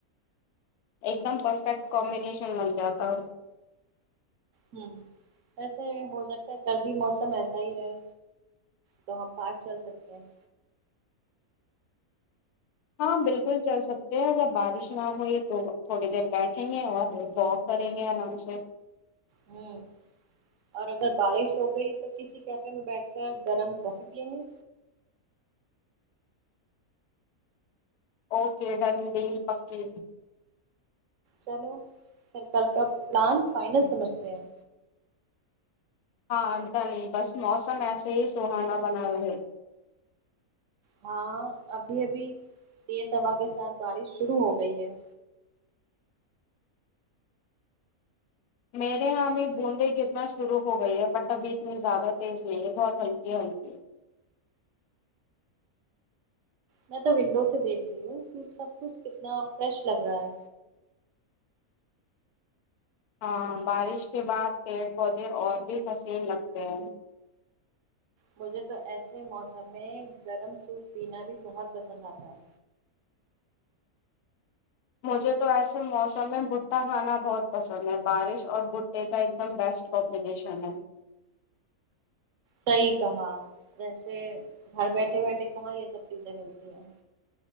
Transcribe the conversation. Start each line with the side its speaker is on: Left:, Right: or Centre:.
Left: ایک دم پرفیکٹ کمبینیشن بن جاتا ہوں
Right: ہوں ایسا ہے ہو سکتا ہے کل بھی موسم ایسا ہی رہے تو ہم پانچ چل سکتے ہیں
Left: ہاں بالکل چل سکتے ہیں اگر بارش نہ ہوئی تو تھوڑی دیر بیٹھنگے اور ب کریں گے آرام سے
Right: ہوں اور اگر بارش ہو گئی تو کسی کیفے میں بیٹھ کر گرم کافی پینگے
Left: او کے ڈن ڈیل پکی
Right: چلو پھر کل کا پلان فائنل سمجھتے ہیں
Left: ہاں ڈن بس موسم ایسے ہی سہانا بنا رہے
Right: ہاں ابھی ابھی تیز ہوا کے ساتھ بارش شروع ہو گئی ہے
Left: میرے یہاں بھی بوندیں گرنا شروع ہو گئی ہے بٹ ابھی اتنی زیادہ تیز نہیں ہے بہت ہلکی ہلکی ہے
Right: میں تو ونڈو سے دیکھ رہی ہوں کہ سب کچھ کتنا فریش لگ رہا ہے
Left: ہاں بارش کے بعد پیڑ پودے اور بھی حسین لگتے ہیں
Right: مجھے تو ایسے موسم میں گرم سوپ پینا بھی بہت پسند آتا ہے
Left: مجھے تو ایسے موسم میں بھٹا کھانا بہت پسند ہے بارش اور بھٹے کا ایک دم بیسٹ کومو مپلیکشھنم ہے
Right: صحیح کہا ویسے گھر بیٹھے بیٹھے کہاں یہ سب چیزیں ملتی ہیں